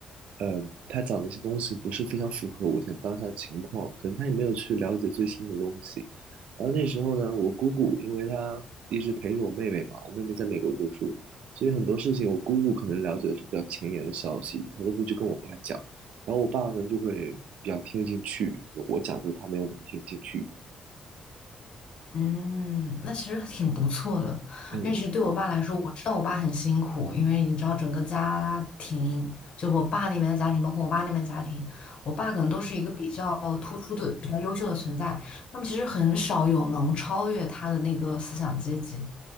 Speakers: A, on the right; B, on the left.
A: 呃，他讲的一些东西不是非常符合我现在当下的情况，可能他也没有去了解最新的东西。然后那时候呢，我姑姑因为她一直陪着我妹妹嘛，我妹妹在美国读书，所以很多事情我姑姑可能了解的是比较前沿的消息，她都会去跟我爸讲，然后我爸呢就会比较听得进去，可能我讲就他没有那么听得进去。
B: 嗯，那其实挺不错的，
A: 嗯，
B: 因为其实对我爸来说，我知道我爸很辛苦，因为你知道整个家庭，就我爸那边的家庭，包括我妈那边的家庭，我爸可能都是一个比较突出的、比较优秀的存在，那么其实很少有能超越他的那个思想阶级。